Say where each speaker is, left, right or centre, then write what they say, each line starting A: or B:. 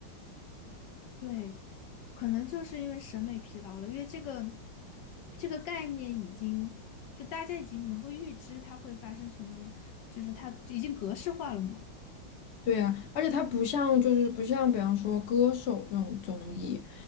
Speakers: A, on the left (about 70°); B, on the left (about 45°).
A: 对，可能就是因为审美疲劳了，因为这个这个概念已经就大家已经能够预知它会发生什么，就是它已经格式化了嘛。
B: 对呀、而且它不像就是不像比方说歌手这种综艺，